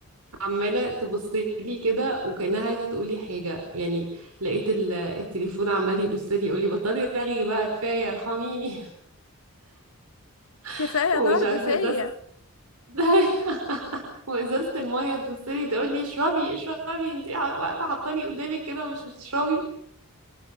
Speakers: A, on the right; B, on the left.
A: عمالة تبص لي كده وكأنها عايزة تقول لي حاجة يعني لقيت ال- التليفون عمال يبص لي يقول لي بطلي رغي بقى كفاية ارحميني
B: كفاية
A: <laughs> ومش
B: ضرب
A: عارفة
B: فيا
A: ازازة <laughs> وازازه الميه تبص لي تقول لي اشربي اشربي انت واقفه حطاني قدامك كده ومش بتشربي